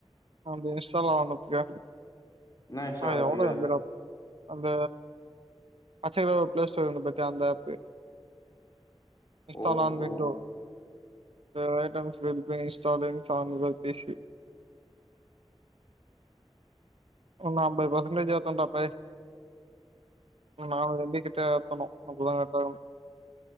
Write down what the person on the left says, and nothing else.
என்ன இன்ஸ்டால்
ஆவறதுக்கு
ஓஹோ